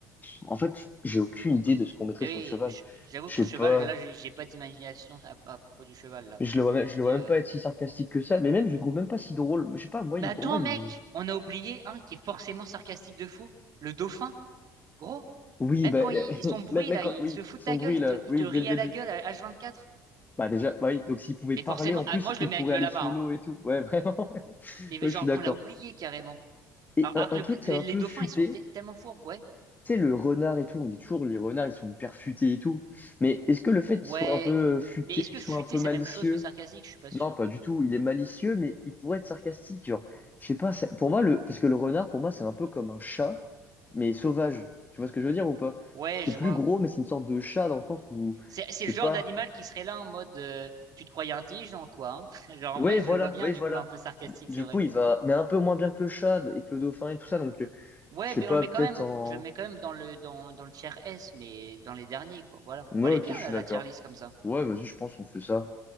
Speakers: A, on the left (about 20°); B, on the right (about 45°).
A: En fait, j'ai aucune idée de ce qu'on mettrait
B: Mais
A: sur
B: oui,
A: le cheval.
B: je- j'avoue
A: Je
B: que
A: sais
B: le cheval,
A: pas.
B: là, j'ai j'ai pas d'imagination à, à propos du cheval, là.
A: Je le vois même, je
B: Mais,
A: le vois même
B: euh...
A: pas être si sarcastique que ça. Mais même, je le trouve même pas si drôle. Je sais pas. Moi, il-
B: mais attends,
A: pour moi, il.
B: mec, on a oublié un qui est forcément sarcastique de fou, le dauphin, gros.
A: Oui,
B: Même
A: bah,
B: quand
A: <laughs>
B: il, son bruit,
A: même, même
B: là,
A: quand,
B: il
A: oui,
B: se fout
A: son
B: de ta gueule,
A: bruit
B: il
A: là,
B: te, il
A: oui,
B: te rit
A: dès le début.
B: à la gueule à h vingt-quatre.
A: Bah déjà, bah oui. Donc s'il pouvait
B: Mais
A: parler
B: forcément,
A: en plus,
B: ah, moi, je
A: il
B: le mets
A: pourrait
B: avec le
A: aller
B: lama,
A: solo
B: hein.
A: et tout. Ouais, <laughs> vraiment.
B: Mais
A: Ouais,
B: genre,
A: je suis d'accord.
B: on l'a oublié carrément.
A: Et
B: Alors,
A: un,
B: alors que
A: un
B: le-
A: truc qui
B: les,
A: est un
B: les
A: peu
B: dauphins,
A: futé.
B: ils sont te- tellement fourbes, ouais.
A: Tu sais, le renard et tout, on dit toujours les renards, ils sont hyper futés et tout. Mais est-ce que le fait
B: Ouais.
A: qu'il soit un peu euh, futé,
B: Mais est-ce
A: qu'il
B: que
A: soit
B: futé,
A: un peu
B: c'est
A: malicieux?
B: la même chose que sarcastique? Je suis pas sûr.
A: Non, pas du tout. Il est malicieux, mais il pourrait être sarcastique. Genre, je sais pas, ça- pour moi, le, parce que le renard, pour moi, c'est un peu comme un chat, mais sauvage. Tu vois ce que je veux dire ou pas?
B: Ouais,
A: C'est
B: je
A: plus
B: vois.
A: gros, mais c'est une sorte de chat dans le sens où,
B: C'est, c'est
A: je sais
B: le genre
A: pas.
B: d'animal qui serait là en mode euh, tu te croyais intelligent, toi, hein? <laughs> Genre
A: Oui,
B: en vrai, je
A: voilà,
B: le vois bien,
A: oui,
B: du
A: voilà.
B: coup, un peu sarcastique,
A: Du
B: c'est vrai.
A: coup, il va, mais un peu moins bien que le chat et que le dauphin et tout ça. Donc, euh,
B: Ouais,
A: je sais
B: mais
A: pas,
B: on le met
A: peut-être
B: quand même,
A: en.
B: je le mets quand même dans le dans, dans le tier S, mais dans les derniers, quoi. Voilà.
A: Ouais,
B: Bon, elle est
A: ok,
B: bien
A: je suis
B: là,
A: d'accord.
B: la tier list comme ça.
A: Ouais, vas-y, je pense qu'on fait ça.